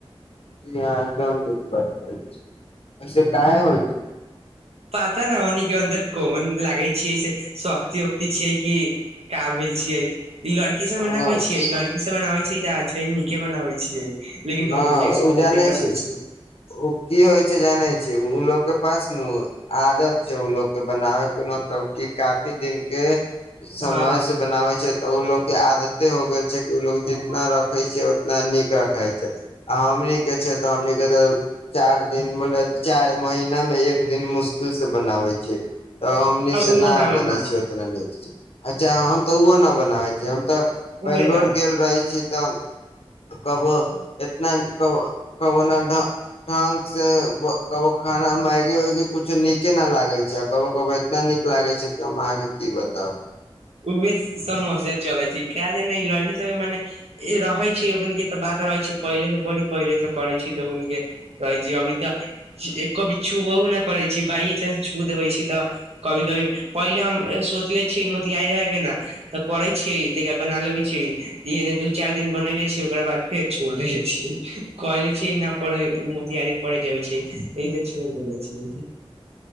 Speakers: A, on the left; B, on the right.
A: जी ह एकदम नीक बात कर छी, ऐईसे काहे होइ
B: पता न, ओहनी के अन्दर कोवन लागे छियै से शक्ति उक्त छियै कि, का भेल छियै। ई लड़की सबमे
A: न
B: नै होय छियै, ई लड़की त बनाबै छी ते अच्छे, नीके बनाबै छियै। लेकिन
A: ना
B: हमनिये सामने
A: उ जानै
B: दिक्कत
A: छी,
B: होइ छै
A: उ की होय छै जानै छी। उ उ लोग के पास नु आदत छै, उ लोग के बनाबे के मतलब कि काफी दिन के समय
B: हँ
A: से बनाबै छै। तऽ उ लोग के आदते हो गेल छै। उ लोग
B: हँ
A: जितना रखे छै। ना नीक रखे छै, आ हमनी के छै तऽ हमनी के ते चार दिन बोले, चार महिना मे एक दिन मुश्किल से बनाबै छै। तऽ हमनी
B: उहो
A: से ना
B: न
A: बनै
B: बनाउ
A: छै, ओतना नीक से अच्छा हम तऽ उहो ना बनाबै जे हम तऽ बैंगलोर
B: उहे न
A: गेल रहै छी। त कब एतना क कबो ना ढ ढ़ंग से ब कबो खाना मैगी-वैगी कुछो नीके न लागै छै आ कबो-कबो एतना नीक लागै छै कि हम अहाँ के की बताउ।
B: उहे समस्या चलै छै काय जने ई लड़की सबके मने ए रहै छै, ओकनी के तऽ बात रहै छै पहिले से बड़ी पहिले से करै छी तऽ ओकनी के रहै छी, अभी त एक कप छुबौह नै करै छी, बाइेचानंस छू देबै छी तऽ कभी-कभी पहिले हम ए सोचले छीये म तियारी रहे के न तऽ करै छियै, तेका बना लेैबै छियै, इन्ने दू-चार दिन बनेले छीये ओकरा बाद फेर छोड़ देेले छियै, कहे छियै ना पड़े, मोतियारी पड़ जाब छै, एहि से छोड़ देेले छियै।